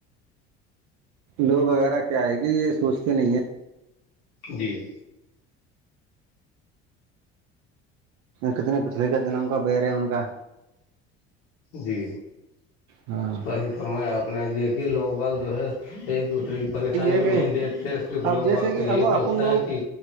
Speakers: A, on the right; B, on the left.
A: لوگ وغیرہ کیا ہے کہ یہ سوچتے نہیں ہیں
B: جی
A: کتنی پچھلی کا جنم کا بیر ہے ان کا
B: جی
A: ہاں
B: صحیح فرمایا آپ نے دیکھی لوگ باگ جو ہے ایک دو اس طرح کی پریشانی
A: یہ
B: کو
A: کہ
B: نہیں دییکھتے صرف
A: اب
B: لوگ
A: جیسے
B: وقت
A: کہ
B: یہی
A: اب اپن
B: سوچتے ہیں کہ